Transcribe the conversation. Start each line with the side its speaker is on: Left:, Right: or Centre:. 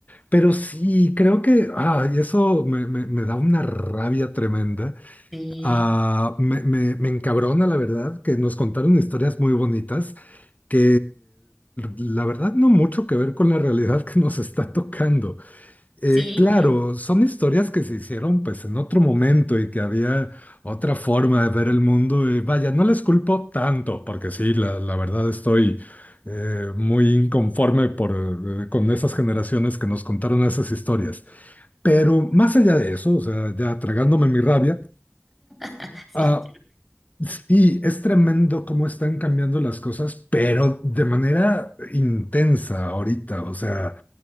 Left: pero sí, creo que, ah, y eso me, me- me da una rabia tremenda,
Centre: Sí,
Left: ah, me, me me encabrona, la verdad, que nos contaron historias muy bonitas que la verdad no mucho que ver con la realidad que nos está tocando. Eh,
Centre: sí,
Left: claro, son historias que se hicieron pues en otro momento y que había otra forma de ver el mundo y vaya, no les culpo tanto porque sí, la, la verdad estoy eh, muy inconforme por, eh, con esas generaciones que nos contaron esas historias. Pero más allá de eso, o sea, ya tragándome mi rabia,
Centre: <laughs> sí,
Left: ah, Sí, es tremendo cómo están cambiando las cosas, pero de manera intensa ahorita. O sea,